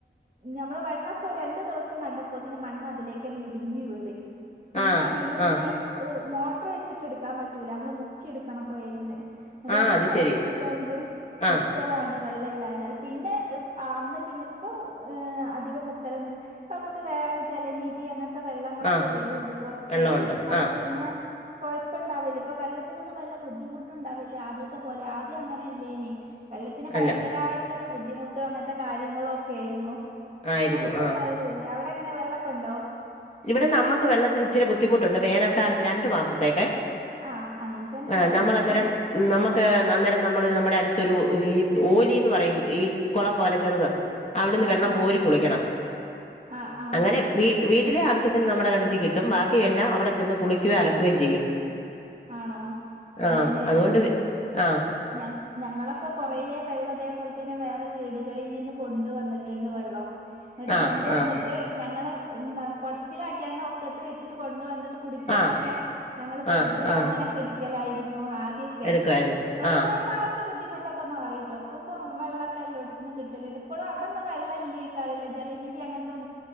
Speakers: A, on the right (about 40°); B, on the left (about 40°).
A: ഞമ്മള് വെള്ളൊക്കെ ഒരു രണ്ടു ദിവസം കണ്ടപ്പോതിന് മണ്ണ് അതിലേക്ക് തന്നെ ഇടിഞ്ഞു വീണ് പിന്നെ
B: ആഹ്
A: അതീന്ന് പിന്നെ
B: ആഹ്
A: മോട്ടർ വച്ചിട്ട് എടുക്കാൻ പറ്റൂല നമ്മള് മുക്കി എടുക്കണം കൊയലിന്ന് ഇവിടെ
B: ആഹ്
A: ഞങ്ങള്
B: അത്
A: പൈപ്പിട്ടോണ്ട്
B: ശരി
A: മുക്കലാണ്
B: ആഹ്
A: വെള്ളം ഇല്ലാഞ്ഞാല് പിന്നെ അന്ന് പിന്നെ ഇപ്പം അധികം മുക്കലൊന്നു ഇപ്പം നമുക്ക് വേറെ ജലനിധി അങ്ങന <unintelligible> വെള്ളങ്ങളൊക്കെ
B: ആഹ്
A: വരുണ്ട് പൊറത്തൂന്ന്
B: വെള്ളമുണ്ട്
A: അപ്പൊ
B: ആഹ്
A: പിന്നെ കൊഴപ്പുണ്ടാവില്ല ഇപ്പൊ വെള്ളത്തിനൊന്നും വെല്ല ബുദ്ധിമുട്ടുണ്ടാവില്ല ആദ്യത്തെ പോലെ ആദ്യം അങ്ങനെ അല്ലേനി വെള്ളത്തിന് ഭയങ്കരായ്
B: അല്ല
A: വെള്ളത്തിൽ ഉള്ള ബുദ്ധിമുട്ടും അങ്ങനത്തെ കാര്യങ്ങളും ഒക്കെ ആയി രുന്നോ
B: ആയിരുന്നു
A: അങ്ങനത്തെതായിട്ട്
B: ആഹ്
A: ഇല്ല അവിടെ എങ്ങനെ വെള്ളൊക്കെ ഉണ്ടോ
B: ഇവിടെ നമുക്ക് വെള്ളത്തിന് ഇച്ചിരി ബുദ്ധിമു ഉണ്ട് വേനൽക്കാലത്ത് രണ്ടു മാസ
A: ആഹ് അങ്ങനെ തന്നെ
B: ആ
A: ഉണ്ടാവല്
B: നമ്മൾ അന്നേരം
A: ആ
B: നമുക്ക് അന്നേരം നമ്മള് നമ്മുടെ അടു ഒരു ഈ ഓലീന്ന് പറയും ഈ കുളം പോലെ ചെറുത് അവിടുന്ന്
A: ആഹ്
B: വെള്ളം
A: ആഹ്
B: കോരി കുളിക്കണം
A: ആഹ് ആഹ്
B: അങ്ങനെ വീ വീ വീട്ടിലെ ആവശ്യത്തിന് നമ്മുടെ കിണറ്റി കിട്ടും ബാക്കിയെല്ലാം അവിടെ ചെന്ന് കുളിക്കുകയും അലക്കുകയും ചെയ്യും
A: ആണോ
B: ആഹ്
A: അങ്ങനെയല്ലേ
B: അതുകൊണ്ട് ആഹ്
A: ഞ ഞങ്ങളൊക്കെ കുറേ വെള്ളം അതേപോലെ തന്നെ വേറെ വീടുകളിൽ നിന്ന് കൊണ്ട് വന്നിട്ടുണ്ട് വെള്ളം എന്നിട്ട്
B: ആഹ്
A: കൊണ്ട് വന്നിട്ട്
B: ആഹ്
A: ഞങ്ങള് നട കൊടത്തില് ആക്കിയാണ് ഒക്കത്ത് വെച്ചിട്ട് കൊണ്ട് വന്ന് കുടിക്കാനൊക്കെ
B: ആഹ്
A: ഞങ്ങള് കൂടു
B: ആഹ്
A: <unintelligible>
B: ആഹ്
A: അങ്ങനെ പേടി ക്കലായിുന്നോ <inaudible> ആൊക്കെ
B: എടുക്കുവായിരുന്നു
A: <unintelligible> അപ്പൊാ
B: ആഹ്
A: ബുദ്ധിമുട്ടൊക്കെ മാറിയിട്ടോ ഇപ്പം ഇ വെള്ളൊക്കെ എല്ലോടത്ത്ന്നും കിട്ടല്ണ്ട് ഇപ്പളും അവിടൊന്നും വെള്ള ഇല്യെക്കാര ലേ ജലനിധി അങ്ങനത്തൊന്നും